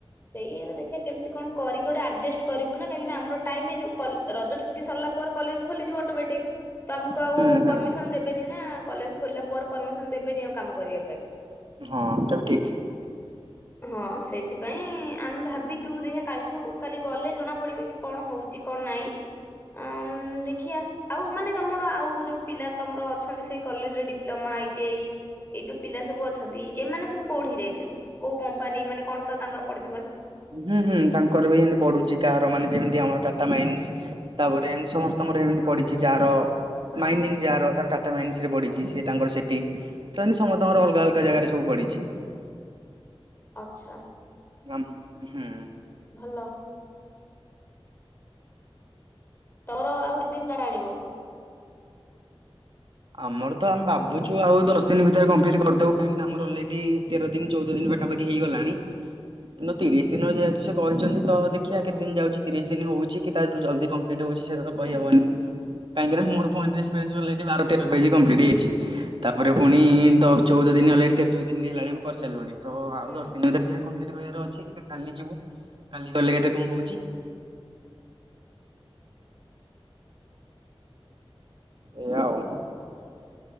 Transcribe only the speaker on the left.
ସେଇ ଇରେ ଦେଖିବା କେମିତି କଣ କରିକି ଗୋଟେ ଆଡ଼ଜେଷ୍ଟ କରିବୁ ନା କାହିଁକିନା ଆମର ଟାଇମ ନାଇଁ ଯେଉଁ ରଜ ଛୁଟି ସରିଲା ପରେ କଲେଜ ଖୋଲିଯିବ ଅଟୋମେଟିକ ତ ଆମକୁ
ଆଉ ପରମିସନ ଦେବେନି ନା କଲେଜ ଖୋଲିଲା ପରେ ପରମିସନ ଦେବେନି ଆଉ କାମ କରିବା ପାଇଁ।
ହଁ ସେଇଥିପାଇଁ ଆମେ ଭାବିଛୁ ଦ କାଲିଠୁ କାଲି ଗଲେ ଜଣା ପଡିବ କି କଣ ହଉଛି କଣ ନାଇଁ ଅଁ ଦେଖିବା। ଆଉ ମାନେ ତମର ଆଉ ଯୋଉ ପିଲା ତମର ଅଛନ୍ତି ସେଇ କଲେଜ ରେ ଡିପ୍ଲୋମା ଆଇ ଟି ଆଇ ଏଇ ଯୋଉ ପିଲା ସବୁ ଅଛନ୍ତି ଏମାନେ ସବୁ କୋଉଠିକି ଯାଇଛନ୍ତି? କୋଉ କମ୍ପାନୀ ମାନେ କଣ ତ ତାଙ୍କର ପ
ଆଛା।
ଭଲ। ତମର ଆଉ କେତେ ଦିନ ଟା ଟା ଆଣିବ?
ହୁଁ
ହୁଁ।